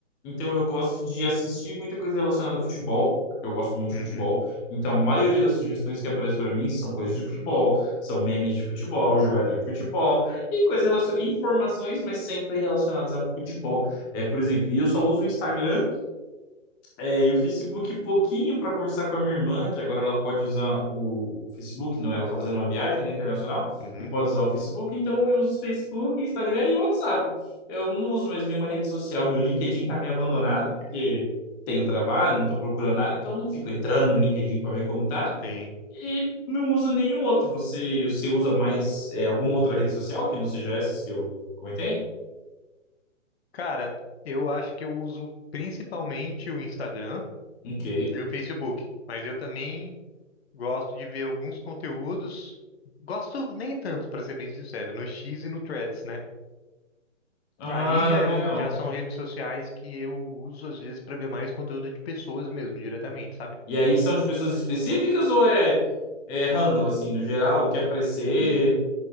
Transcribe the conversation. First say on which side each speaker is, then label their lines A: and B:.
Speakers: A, in the centre; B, on the left.
A: Então, eu gosto de assistir muita coisa relacionada a futebol, porque eu gosto muito de
B: uhum,
A: futebol. Então, a maioria das sugestões que aparecem para mim são coisas de futebol, são memes de futebol, jogador de futebol, e coisas relacionadas, informações, mas sempre relacionadas a futebol. É, por exemplo, e eu só uso o Instagram é, e o Facebook, pouquinho para conversar com a minha irmã, que agora ela pode usar o o Facebook, não, ela está fazendo uma viagem, né, internacional,
B: uhum.
A: e pode usar o Facebook, então eu uso Facebook, Instagram e WhatsApp. Eu não uso mais nenhuma rede social, meu LinkedIn tá meio abandonado, porque tenho trabalho, não estou procurando nada, então eu não fico entrando no LinkedIn para ver como tá,
B: Sim.
A: e não uso nenhum outro. Você, você usa mais é, alguma outra rede social que não seja essas que eu comentei?
B: Cara, eu acho que eu uso principalmente o Instagram
A: Ok.
B: e o Facebook. Mas eu também gosto de ver alguns conteúdos. Gosto nem tanto, para ser bem sincero, no X e no Threads, né?
A: Ah,
B: Aí já, é
A: legal.
B: um- já são redes sociais que eu uso às vezes para ver mais conteúdo de pessoas mesmo, diretamente, sabe?
A: E aí são de pessoas específicas ou é, é random, assim, no geral, que aparecer?
B: Hum,